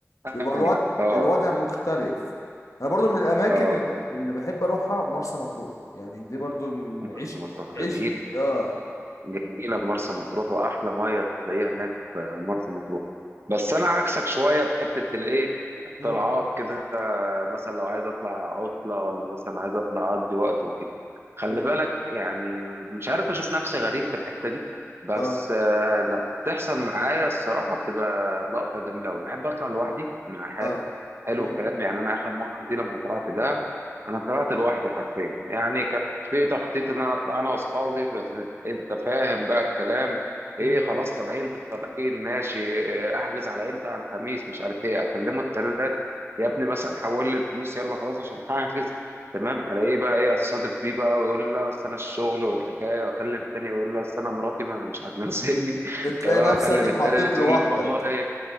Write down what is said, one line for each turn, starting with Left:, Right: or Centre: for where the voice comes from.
Right: أيوه.
Left: بيبقى الوضع
Right: آه،
Left: الوضع مختلف انا برضو من الاماكن
Right: آه.
Left: ال- اللي بحب اروحها مرسى مطروح يعني دي برضو من
Right: مرسى
Left: عشق
Right: مطروح جميلة.
Left: عشق اه
Right: جميلة مرسى مطروح وأحلى مية تلاقيها هناك في مرسى مطروح بس أنا عكسك شوية في حتة الإيه الطلعات
Left: امم
Right: كده مثلا لو عايز أطلع عطلة ولا مثلا عايز أطلع أقضي وقت وكده خلي
Left: امم
Right: بالك يعني مش عارف بشوف نفسي غريب في الحتة دي بس
Left: اه
Right: آه، لما بتحصل معايا الصراحة بتبقى لقطة جميلة أوي بحب أطلع لوحدي مع حالي
Left: اه
Right: حلو
Left: امم
Right: الكلام يعني أنا آخر مرة دي لما طلعت دهب أنا طلعت لوحدي حرفيا يعني كان في تخطيط إن أنا أطلع أنا وأصحابي بس أنت فاهم بقى الكلام إيه
Left: امم
Right: خلاص طالعين طالعين ماشي إيه، أحجز على إمتى على الخميس مش عارف إيه أكلمه التلات يا ابني مثلا حول لي الفلوس يلا خلاص عشان هحجز تمام ألاقيه بقى إيه أتصادف بيه بقى ويقول لي لا أصل أنا الشغل والحكاية وأكلم التاني يقول لي أصل أنا مراتي ما مش هتنزلني <laughs>
Left: بتلاقي
Right: تمام
Left: نفسك
Right: أكلم
Left: اتحطيت
Right: التالت
Left: لوحدك
Right: يقول لي والله